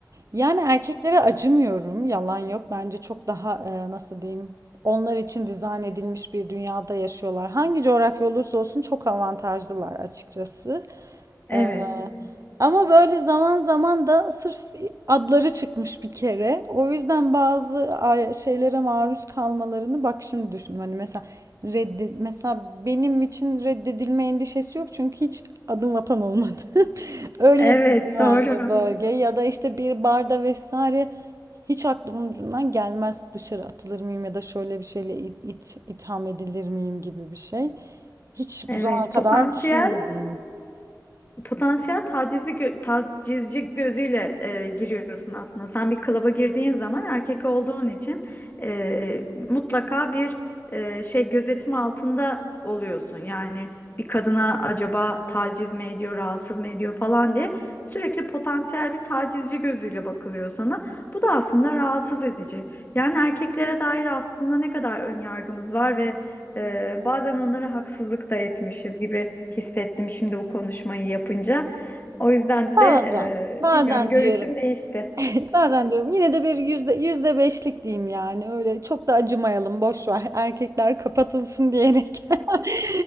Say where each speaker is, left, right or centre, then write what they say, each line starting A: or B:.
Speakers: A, on the right; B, on the left.
A: Yani erkeklere acımıyorum. Yalan yok. Bence çok daha e, nasıl diyeyim? Onlar için dizayn edilmiş bir dünyada yaşıyorlar. Hangi coğrafya olursa olsun çok avantajlılar açıkçası.
B: Evet.
A: Ee, ama böyle zaman zaman da sırf adları çıkmış bir kere. O yüzden bazı ay- şeylere maruz kalmalarını bak şimdi düşündüm. Hani mesela redde mesela benim için reddedilme endişesi yok çünkü hiç adım atan olmadı. <laughs> Öyle
B: Evet,
A: bir güvenli
B: doğru.
A: bölge ya da işte bir barda vesaire hiç aklımın ucundan gelmez dışarı atılır mıyım ya da şöyle bir şeyle it, it- itham edilir miyim gibi bir şey. Hiç
B: Evet,
A: bu zamana kadar
B: potansiyel
A: düşünmediğim.
B: potansiyel tacizci, gö- tacizci gözüyle e, giriyorsun aslında. Sen bir klaba girdiğin zaman erkek olduğun için e, mutlaka bir e, şey gözetim altında oluyorsun. Yani bir kadına acaba taciz mi ediyor, rahatsız mı ediyor falan diye sürekli potansiyel bir tacizci gözüyle bakılıyor sana. Bu da aslında rahatsız edici. Yani erkeklere dair aslında ne kadar ön yargımız var ee, bazen onlara haksızlık da etmişiz gibi hissettim şimdi bu konuşmayı yapınca. O yüzden
A: Bazen,
B: de
A: bazen
B: e, bilmiyorum görüşüm
A: diyorum.
B: değişti.
A: <laughs> Bazen diyorum. Yine de bir yüzde, yüzde beşlik diyeyim yani. Öyle çok da acımayalım. Boş ver. <laughs> Erkekler kapatılsın diyerek. <laughs>